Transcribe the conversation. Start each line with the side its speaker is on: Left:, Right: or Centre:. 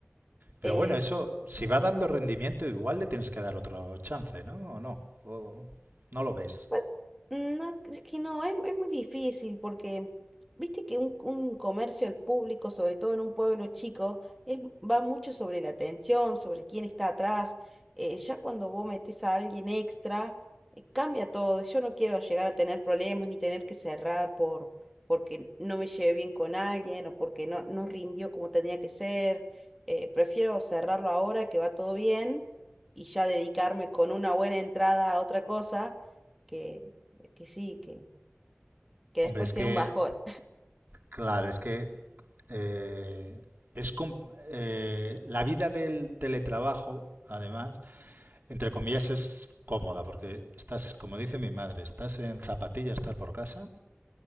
Right: Pero
Centre: eh,
Right: bueno, eso,
Centre: sí.
Right: si va dando rendimiento, igual le tienes que dar otro chance, ¿no? ¿O no? ¿O no lo ves?
Centre: Bueno, No, es que no, es, es muy difícil porque viste que un, un comercio al público, sobre todo en un pueblo chico, es, va mucho sobre la atención, sobre quién está atrás. Eh, ya cuando vos metés a alguien extra, eh, cambia todo. Yo no quiero llegar a tener problemas ni tener que cerrar por porque no me llevé bien con alguien o porque no, no rindió como tenía que ser. Eh, prefiero cerrarlo ahora que va todo bien y ya dedicarme con una buena entrada a otra cosa que, que sí, que, que
Right: Hombre,
Centre: después
Right: es
Centre: sea
Right: que,
Centre: un bajón.
Right: claro, es que eh, es com- eh, la vida del teletrabajo, además, entre comillas, es cómoda, porque estás, como dice mi madre, estás en zapatillas, estás por casa,